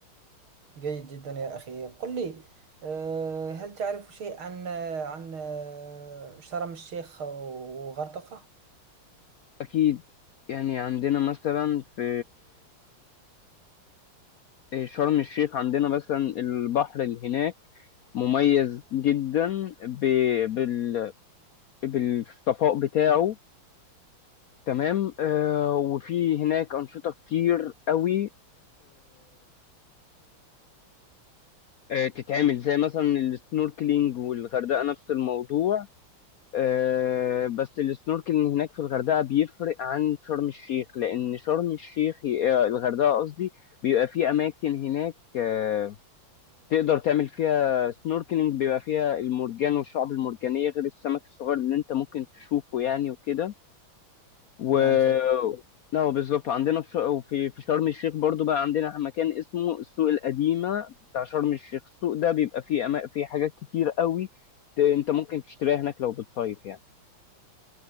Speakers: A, on the right; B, on the left.
A: جيد جدا يا أخي قل لي آه، هل تعرف شيء عن عن آه، شرم الشيخ وغردقة؟
B: أكيد يعني عندنا مثلا في آه، شرم الشيخ عندنا مثلا البحر اللي هناك مميز جدا ب... بال... بالصفاء بتاعه تمام آه وفي هناك أنشطة كتير قوي آه، تتعمل زي مثلا السنوركلينج والغردقة نفس الموضوع آه، بس السنوركلينج هناك في الغردقة بيفرق عن شرم الشيخ لأن شرم الشيخ آه، الغردقة قصدي بيبقى في أماكن هناك آه، تقدر تعمل فيها سنوركلينج بيبقى فيها المرجان والشعب المرجانية غير السمك الصغير اللي أنت ممكن تشوفه يعني وكده و
A: نعم صديقي
B: لا بالظبط عندنا في ش- وفي- في شرم الشيخ برضو بقى عندنا مكان اسمه السوق القديمة بتاع شرم الشيخ السوق ده بيبقى فيه أما... فيه حاجات كتير قوي ت- انت ممكن تشتريها هناك لو بتصيف يعني